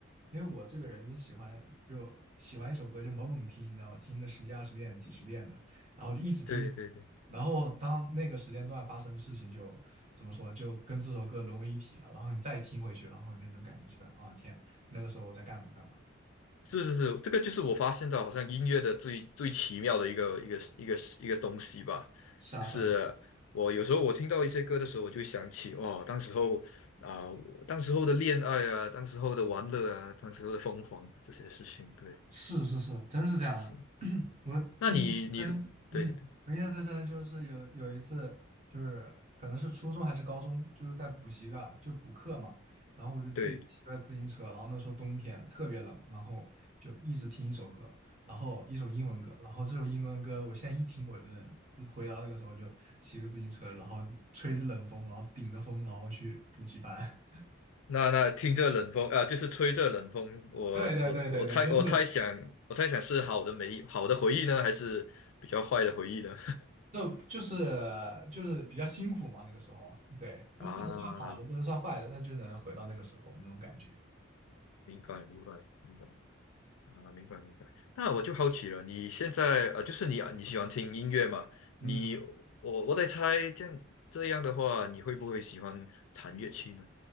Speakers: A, on the right (about 35°); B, on the left (about 90°).
A: 因为我这个人喜欢就喜欢一首歌就猛猛听，你知道吧？听个十几二十遍、几十遍的，然后就一直听，
B: 对对对，
A: 然后当那个时间段发生的事情就怎么说，就跟这首歌融为一体了，然后你再听回去，然后你就能感觉出来，啊、天，那个时候我在干嘛干嘛，
B: 是是是，这个就是我发现到好像音乐的最最奇妙的一个一个一个一个东西吧，
A: 是啊是啊。
B: 就是我有时候我听到一些歌的时候，
A: 是啊
B: 我就想起哇，当时候啊、我当时候的恋爱啊，当时候的玩乐啊，当时候的疯狂啊这些事情，对，
A: 是是是，真是这样的。
B: 是。
A: <clears throat> 我印象最深嗯，
B: 那你你对
A: 我印象最深就是有有一次，就是可能是初中还是高中，就是在补习个就补课嘛，然后我就自己骑个自行车，
B: 对，
A: 然后那时候冬天特别冷，然后就一直听一首歌，然后一首英文歌，然后这首英文歌我现在一听，我真的回到那个时候就骑个自行车，然后吹着冷风，然后顶着风，然后去补习班。<laughs>
B: 那那听这冷风啊、呃就是吹这冷风，我我我猜我猜想我猜想是好的美好的回忆呢，
A: 对对对对对，就是
B: 还是比较坏的回忆呢？
A: 就就是就是比较辛苦嘛，那个时候，对，不不能算好的，
B: 啊，
A: 不能算坏的，那就能回到那个时候那种感觉。
B: 明白明白明白啊，明白明白。那我就好奇了，你现在呃，就是你啊你喜欢听音乐嘛？
A: 嗯，
B: 你我我在猜，这样这样的话，你会不会喜欢弹乐器呢？